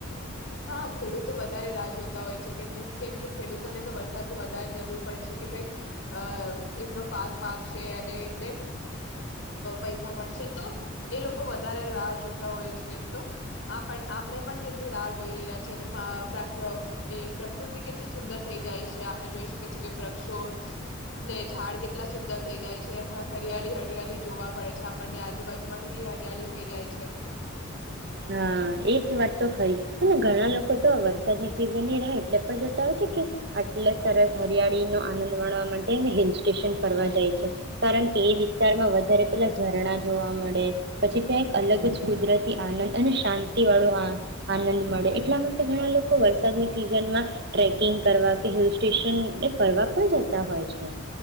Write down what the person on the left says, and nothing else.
હા ખેડૂતો વધારે રાહ જોતા હોય છે કેમને કેમ કે ખેડૂતોને તો વરસાદની વધારે જરૂર પડે છે કે ભઈ અ એમનો પાક પાકશે અને એમને પૈસા મળશે તો એ લોકો વધારે રાહ જોતા હોય છે, તો આપણે પણ કેટલી રાહ જોઈ રહ્યા છે ને મા પ્ર એ પ્રકૃતિ કેટલી સુંદર થઈ જાય છે આપણે જોઈ શકીએ છીએ કે વૃક્ષો ને ઝાડ કેટલા સુંદર થઈ જાય છે હરિયાળી-હરિયાળી જોવા મળે છે આપણને આજુબાજુમાં કેટલી હરિયાળી થઈ જાય છે.